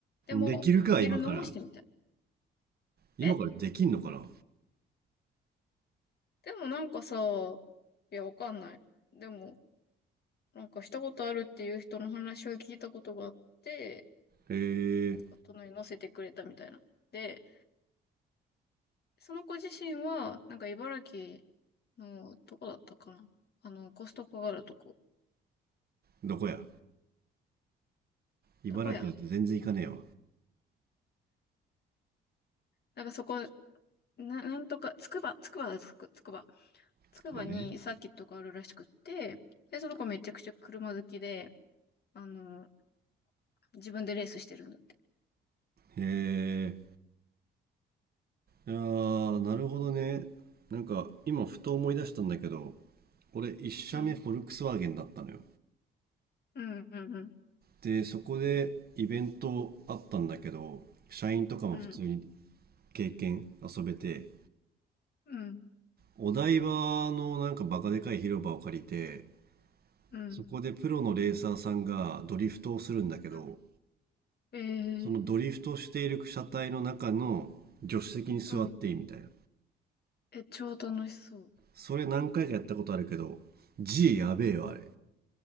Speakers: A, on the left; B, on the right.
A: でも、
B: できるか、
A: 見るのもしてみたい。
B: 今から。今からできんのかな
A: え、でもなんかさ、いや、わかんない。でも、なんかしたことあるっていう人の話を聞いたことがあって、
B: へえ、
A: なんか隣に乗せてくれたみたいな。で、その子自身は、なんか茨城の、どこだったかなあの、コストコがあるとこ。
B: どこや茨城だって全然行かねえわ。
A: たこ屋なんかそこ、な、なんとか、つくば、つくばだ、つく、つくば。つくばにサーキットがあるらしくって、
B: つくばね。
A: で、その子めちゃくちゃ車好きで、あの、自分でレースしてるんだって。
B: へえ、ああ、なるほどね。なんか、今ふと思い出したんだけど、俺一社目フォルクスワーゲンだったのよ。
A: うん。うん、うん、うん、
B: で、そこでイベントあったんだけど、社員とかも普通に
A: うん、
B: 経験遊べて、
A: うん、
B: お台場のなんかバカでかい広場を借りて、
A: うん、
B: そこでプロのレーサーさんがドリフトをするんだけど、
A: うん。
B: そのドリフトしている車体の中の助手席に座っていいみたいな。
A: ええうん。え、超楽しそう。
B: それ何回かやったことあるけど、G やべえわ、
A: うん。
B: あれ。